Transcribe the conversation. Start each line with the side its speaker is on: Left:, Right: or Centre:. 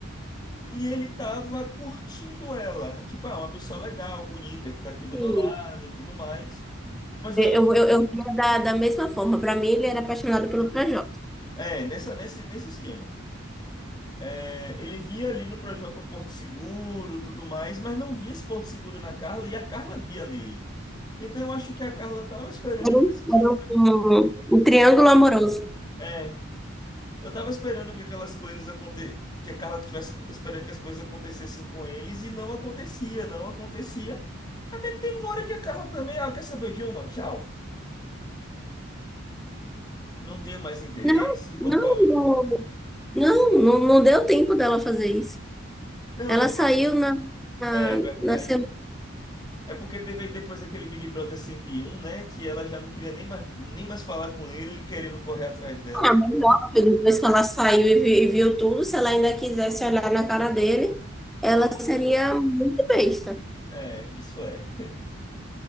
Left: e ele tava curtindo ela. Tipo, ah, uma pessoa legal, bonita, que tá aqui do
Centre: Sim.
Left: meu lado, tudo mais. Mas eu-
Centre: Eu, eu, eu via da, da mesma forma. Pra mim, ele era apaixonado pelo Projota.
Left: é, nessa, nesse, nesse esquema. É, ele via ali no projeto um Porto Seguro, tudo mais, mas não via esse Porto Seguro na Carla e a Carla via nele. Então eu acho que a Carla tava esperando
Centre: Era um,
Left: que as coisas.
Centre: era um- um triângulo amoroso.
Left: É, eu tava esperando que aquelas coisas aconte... que a Carla tivesse esperando que as coisas acontecessem com eles e não acontecia, não acontecia. Até que teve uma hora que a Carla também, ah, quer saber de uma? Tchau. Não tenho mais interesse,
Centre: Não,
Left: vou
Centre: não,
Left: pra outra.
Centre: não, não, não, não deu tempo dela fazer isso.
Left: Não,
Centre: Ela
Left: eu. fa-
Centre: saiu na, na,
Left: É, é verdade.
Centre: na semana.
Left: É porque teve depois aquele Big Brother 101, né? Que ela já não queria nem mais, nem mais falar com ele, ele querendo correr atrás dela.
Centre: Ah, mas nossa, depois que ela saiu e vi- e viu tudo, se ela ainda quisesse olhar na cara dele, ela
Left: Oh.
Centre: seria muito besta.
Left: É, isso é.